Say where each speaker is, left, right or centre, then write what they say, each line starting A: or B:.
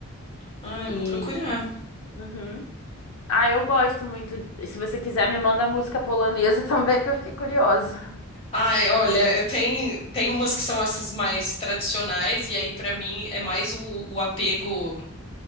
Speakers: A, on the left; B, on the left.
A: Ah, eu
B: E.
A: vou procurar.
B: Uhum. Ah, eu gosto muito. Se você quiser, me manda música polonesa <laughs> também, que eu fiquei curiosa.
A: Ai, olha, é, tem, tem umas que são essas mais tradicionais, e aí pra mim é mais o, o apego